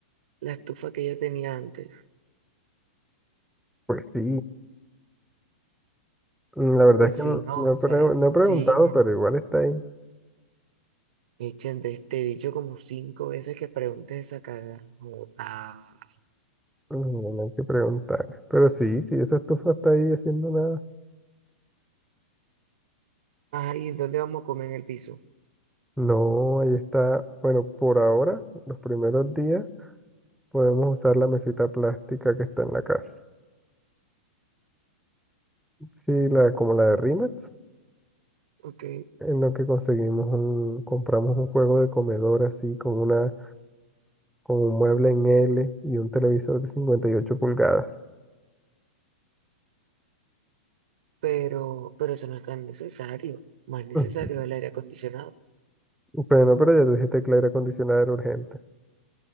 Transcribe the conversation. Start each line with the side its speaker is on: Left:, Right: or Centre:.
Right: la estufa que ella tenía antes?
Centre: Pues sí, Mm, la verdad
Right: Pues
Centre: es que
Right: sí,
Centre: no,
Right: no,
Centre: no
Right: o
Centre: he,
Right: sea,
Centre: pre-
Right: sí,
Centre: no he preguntado,
Right: no.
Centre: pero igual está ahí.
Right: Echen de este dicho como cinco veces que preguntes esa caga. Como, ah,
Centre: Mm, No hay que preguntar. Pero sí, sí, esa estufa está ahí haciendo nada.
Right: ay, ¿dónde vamos a comer en el piso?
Centre: No, ahí está. Bueno, por ahora, los primeros días, podemos usar la mesita plástica que está en la casa. Sí, la, como la de Rimax.
Right: Ok,
Centre: en lo que conseguimos un, compramos un juego de comedor así con una, con un mueble en L y un televisor de 58 pulgadas.
Right: pero, pero eso no es tan necesario. Más necesario
Centre: <laughs>
Right: es el aire acondicionado.
Centre: Ujú. Bueno, pero ya te dije tecla aire acondicionado era urgente.